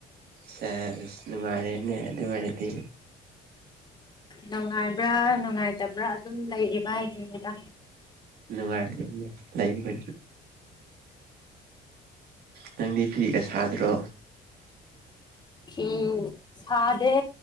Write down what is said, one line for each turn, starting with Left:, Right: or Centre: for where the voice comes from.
Right: ꯁꯦ ꯑꯗꯨꯃꯔꯦꯅꯦ ꯑꯗꯨ ꯑꯣꯏꯔꯦꯗꯤ
Left: ꯅꯨꯡꯉꯥꯏꯕ꯭ꯔꯥ ꯅꯨꯡꯉꯥꯏꯇꯕ꯭ꯔꯥ ꯑꯗꯨꯝ ꯂꯩꯔꯤꯕ ꯍꯥꯏꯗ ꯁꯤꯗ
Right: ꯅꯨꯡꯉꯥꯏ ꯂꯥꯏꯡꯕ ꯅꯪꯗꯤ ꯐꯔꯤ ꯄꯦꯁꯗ꯭ꯔꯣ
Left: ꯎꯝ ꯁꯥꯗꯦ